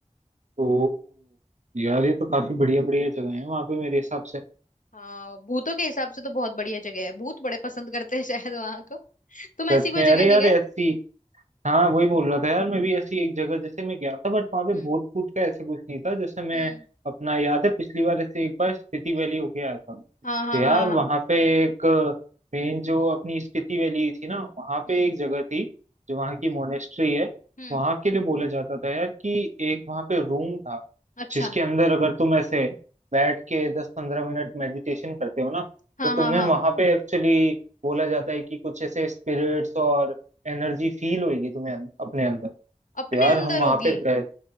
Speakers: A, on the right (about 65°); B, on the left (about 80°).
A: ओ यार ये तो काफी बढ़िया बढ़िया जगह है वहां पे मेरे हिसाब से <laughs>
B: हाँ भूतों के हिसाब से तो बहुत बढ़िया जगह है भूत बड़े पसंद करते हैं <laughs> शायद वहां को तुम ऐसी
A: सच
B: कोई
A: में
B: जगह
A: अरे
B: नहीं
A: यार
B: गए
A: ऐसी हाँ वही बोल रहा था यार मैं भी ऐसी एक जगह जैसे मैं गया था बट वहां पे
B: हम्म
A: भूत भूत का ऐसा कुछ नहीं था जैसे मैं
B: हम्म
A: अपना याद है पिछली बार ऐसे एक बार स्पीति वैली होके आया था तो
B: हाँ हाँ
A: यार
B: हाँ
A: वहां
B: हाँ,
A: पे एक मेन जो अपनी स्पीति वैली थी ना वहां
B: हम्म
A: पे एक जगह थी जो वहां की मोनेस्ट्री है
B: हम्म
A: वहां के लिए बोला जाता था यार कि एक वहां पे रूम था
B: अच्छा
A: जिसके अंदर अगर तुम ऐसे बैठ के दस पंद्रह मिनट मेडिटेशन करते हो ना
B: हाँ
A: तो
B: हाँ
A: तुम्हें
B: हाँ
A: वहां पे एक्चुअली बोला जाता है कि कुछ ऐसे स्पिरिट्स और एनर्जी फील होगी तुम्हें अं- अपने अंदर तो
B: अपने
A: यार
B: अंदर
A: हम वहां
B: होगी
A: पे गए